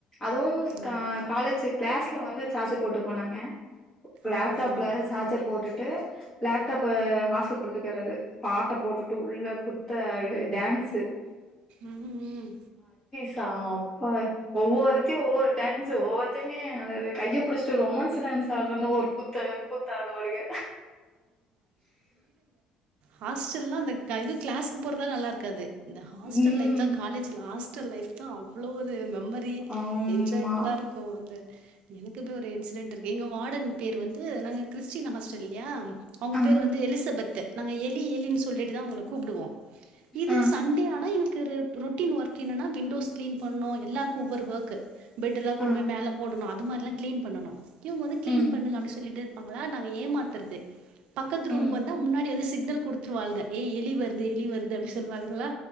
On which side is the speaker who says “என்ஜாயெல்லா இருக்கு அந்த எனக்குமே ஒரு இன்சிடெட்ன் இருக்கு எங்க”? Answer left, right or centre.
Right